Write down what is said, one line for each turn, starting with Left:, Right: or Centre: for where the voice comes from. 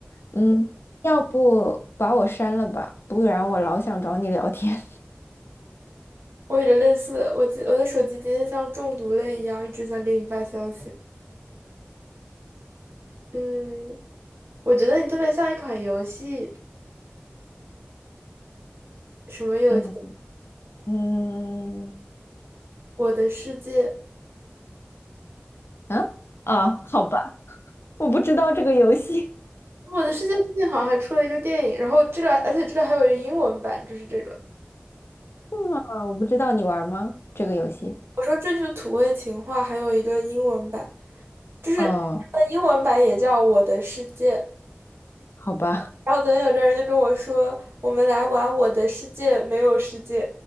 Left: 嗯，要不把我删了吧，不然我老想找你聊天。
Right: 我有着类似的，我记我的手机今天像中毒了一样，一直想给你发消息。嗯，我觉得你特别像一款游戏，什么游戏？
Left: <laughs> 嗯。嗯，
Right: 我的世界，
Left: 啊啊，好吧，我不知道这个游戏，
Right: 我的世界最近好像还出了一个电影，然后这个，而且这个还有一个英文版，就是这个。
Left: 啊，我不知道你玩吗？这个游戏？
Right: 我说这句土味情话还有一个英文版，就是它的英文版也叫《我的世界》。
Left: 哦，好吧，
Right: 然后昨天有个人就跟我说，我们来玩《我的世界》，没有世界。